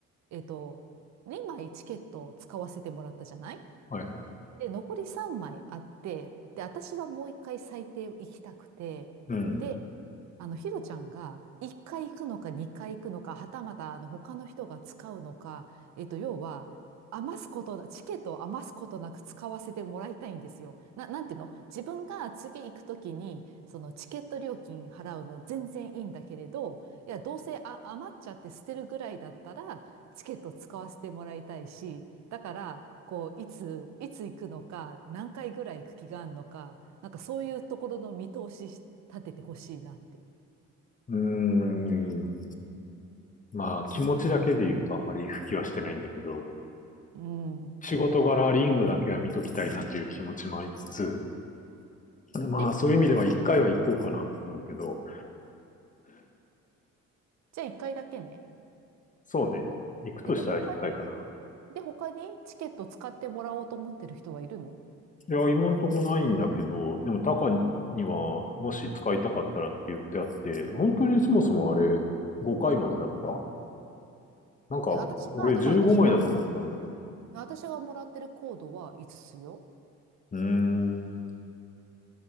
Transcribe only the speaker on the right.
えっと、2枚チケットを使わせてもらったじゃない
で、残り3枚あって、で、私はもう一回最低行きたくて、
で、あの、ひろちゃんが一回行くのか二回行くのか、はたまたあの他の人が使うのか、えっと、要は、余すことな、チケットを余すことなく使わせてもらいたいんですよ。な、なんていうの自分が次行くときに、そのチケット料金払うの全然いいんだけれど、いや、どうせあ、余っちゃって捨てるぐらいだったら、チケット使わせてもらいたいし、だから、こう、いつ、いつ行くのか、何回ぐらい行く気があるのか、なんかそういうところの見通しし立ててほしいなって。
うん。
で、
じゃあ一回だけね。
え、で、他に、で、他にチケット使ってもらおうと思ってる人はいるの
え、私が、
だから私が、私がもらってるコードはいつつよ。